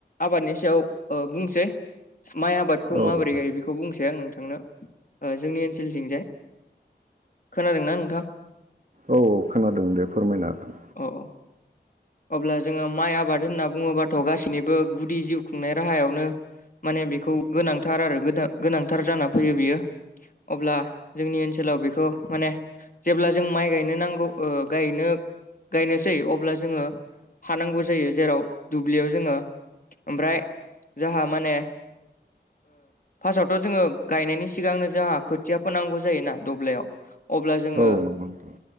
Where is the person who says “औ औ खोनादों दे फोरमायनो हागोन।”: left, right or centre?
Right